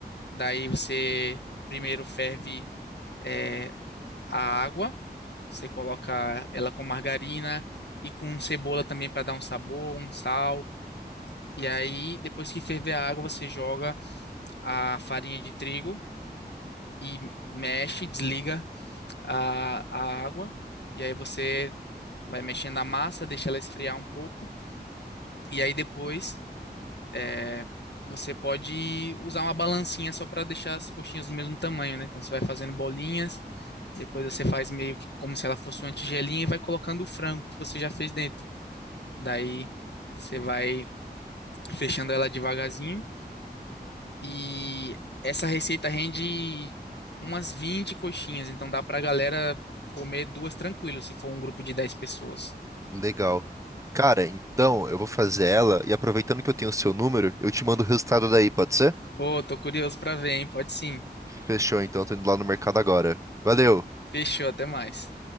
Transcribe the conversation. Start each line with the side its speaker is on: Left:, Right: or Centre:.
Left: Daí você primeiro ferve é, a água, você coloca ela com margarina e com cebola também para dar um sabor, um sal. E aí, depois que ferver a água, você joga a farinha de trigo e mexe, desliga a, a água, e aí você vai mexendo a massa, deixa ela esfriar um pouco, e aí depois é, você pode usar uma balancinha só para deixar as coxinhas do mesmo tamanho, né? Então você vai fazendo bolinhas, depois você faz meio que como se ela fosse uma tigelinha e vai colocando o frango que você já fez dentro. Daí você vai fechando ela devagarzinho. E essa receita rende umas 20 coxinhas, então dá pra galera comer duas tranquilo, se for um grupo de 10 pessoas.
Right: Legal. Cara, então eu vou fazer ela e aproveitando que eu tenho o seu número, eu te mando o resultado daí, pode ser?
Left: Ô, tô curioso pra ver, hein? Pode sim.
Right: Fechou, então, tô indo lá no mercado agora. Valeu!
Left: Fechou, até mais.